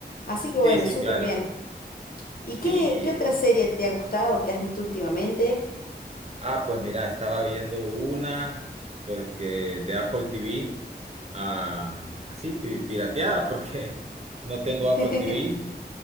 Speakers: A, on the left; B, on the right.
A: Así que bueno,
B: Sí, sí,
A: súper
B: claro.
A: bien. ¿Y
B: Sí,
A: qué, qué otra serie te ha gustado que has visto últimamente?
B: ah, pues mira, estaba viendo una, pues que de Apple TV, ah, así, pi- pirateada, porque <laughs> no tengo
A: <laughs>
B: Apple TV,